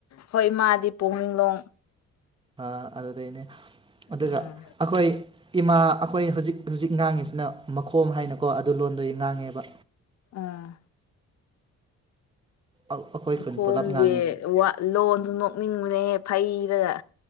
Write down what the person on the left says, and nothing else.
ꯍꯣꯏ ꯃꯥꯗꯤ ꯄꯣꯛꯅꯤꯡꯂꯣꯡ
ꯎꯝ
ꯑꯥ
ꯃꯈꯣꯡꯒꯤ
ꯋꯥ ꯂꯣꯟꯁꯨ ꯅꯣꯛꯅꯤꯡꯕꯅꯦꯍꯦ ꯐꯩꯔꯒ